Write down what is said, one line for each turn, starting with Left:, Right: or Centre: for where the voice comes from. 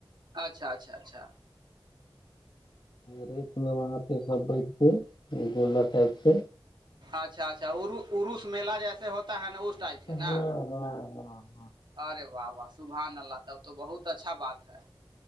Right: اچھا اچھا اچھا
Left: ری میں وہاں پہ سب بیٹھتے گولا ٹائپ سے
Right: اچھا اچھا عروس میلا جیسے ہوتا ہے نا اس ٹائپ سے نا
Left: ہاں ہاں ہاں
Right: ارے واہ واہ صبحان اللہ تب تو بہت اچھا بات ہے